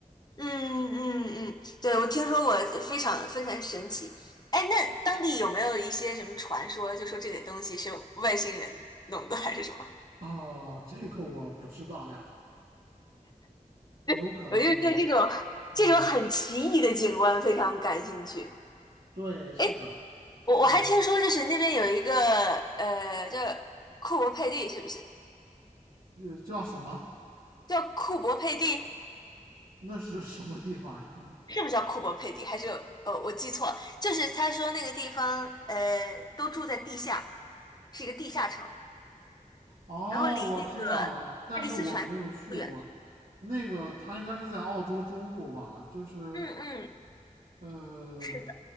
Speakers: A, on the left; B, on the right.
A: 嗯嗯嗯，对，我听说过，非常非常神奇。哎，那当地有没有一些什么传说，就说这个东西是外星人弄的，还是什么？
B: 哦，这个我不知道呀，有可能有。
A: <laughs> 我就是对这种这种很奇异的景观非常感兴趣。
B: 嗯，对，是的，
A: 哎，我我还听说，
B: 嗯，
A: 就是那边有一个呃叫库珀佩蒂，是不是
B: 这叫什么？
A: 叫库珀佩蒂？
B: 那是什么地方呀？<laughs> 嗯
A: 是不是叫库珀佩蒂？还是呃我记错了就是他说那个地方呃都住在地下，是一个地下城。
B: 哦，
A: 然后离那个
B: 我知道了，但是我没有去过。
A: 爱丽丝泉也不远。
B: 那个，它应该是在澳洲中部吧？就是，
A: 嗯嗯，
B: 呃。
A: 是的，